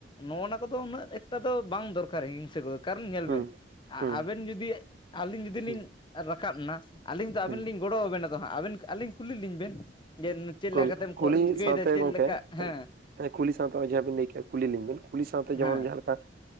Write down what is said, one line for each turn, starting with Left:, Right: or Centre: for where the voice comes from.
Left: ᱱᱚᱜᱼᱟ ᱠᱚᱫᱚ ᱩᱱᱟᱹᱜ ᱮᱠᱴᱟ ᱫᱚ ᱵᱟᱝ ᱫᱚᱨᱠᱟᱨ ᱦᱤᱸᱥᱠᱟᱹ ᱠᱟᱫᱚ ᱠᱟᱨᱚᱱ ᱧᱮᱞ
Right: ᱦᱩᱸ
Left: ᱵᱮᱱ ᱟᱵᱮᱱ
Right: ᱦᱩᱸ
Left: ᱡᱩᱫᱤ ᱟᱹᱞᱤᱧ ᱡᱩᱫᱤ
Right: ᱦᱩᱸ
Left: ᱞᱤᱧ ᱨᱟᱠᱟᱵᱱᱟ ᱟᱹᱞᱤᱧ ᱫᱚ
Right: ᱦᱩᱸ
Left: ᱟᱵᱮᱱ ᱞᱤᱧ- ᱜᱚᱲᱚ ᱟᱵᱮᱱᱟ ᱛᱚ ᱦᱟᱸᱜ ᱟᱵᱮᱱ ᱟᱹᱞᱤᱧ ᱠᱩᱞᱤ ᱞᱤᱧ ᱵᱮᱱ ᱡᱮ- ᱪᱮᱫ
Right: ᱠᱩᱞ
Left: ᱞᱮᱠᱟ ᱠᱟᱛᱮᱢ
Right: ᱠᱩᱞᱤ
Left: ᱪᱤᱠᱟᱹᱭᱮᱫᱟ
Right: ᱥᱟᱶᱛᱮ
Left: ᱪᱮᱫ
Right: ᱜᱚᱝᱠᱮ
Left: ᱞᱮᱠᱟ ᱦᱮᱸ
Right: ᱦᱮ ᱠᱩᱞᱤ ᱥᱟᱶᱛᱮ ᱱᱚᱜᱼᱚᱭ ᱡᱟᱸᱦᱟ ᱵᱤᱱ ᱞᱟᱹᱭ ᱠᱮᱜᱼᱟ ᱠᱩᱞᱤᱧᱤᱱᱴ ᱵᱤᱱ ᱠᱩᱞᱤ ᱥᱟᱶᱛᱮ ᱡᱮᱢᱚᱱ
Left: ᱦᱮᱸ
Right: ᱡᱟᱦᱟᱸ ᱞᱮᱠᱟ-